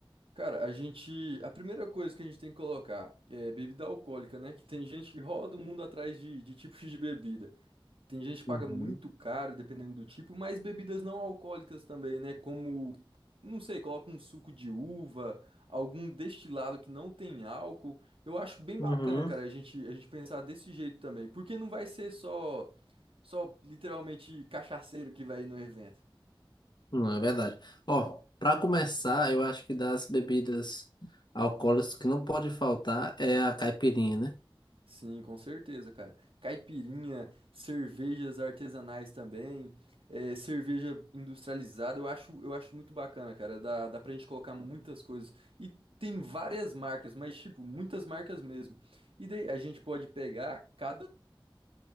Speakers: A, on the right; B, on the left.
A: Cara, a gente. A primeira coisa que a gente tem que colocar é bebida alcoólica, né? Que tem gente que roda o mundo atrás de, de tipos de bebida. Tem gente que paga
B: Uhum.
A: muito caro, dependendo do tipo, mas bebidas não alcoólicas também, né? Como, não sei, coloca um suco de uva, algum destilado que não tem álcool. Eu acho bem
B: Uhum.
A: bacana, cara, a gente, a gente pensar desse jeito também. Porque não vai ser só. Só literalmente cachaceiro que vai no evento.
B: Não, é verdade. Ó, para começar, eu acho que das bebidas alcoólicas que não pode faltar é a caipirinha, né?
A: Sim, com certeza, cara. Caipirinha, cervejas artesanais também, eh, cerveja industrializada, eu acho, eu acho muito bacana, cara. Dá, dá pra gente colocar muitas coisas. E tem várias marcas, mas, tipo, muitas marcas mesmo. E daí a gente pode pegar cada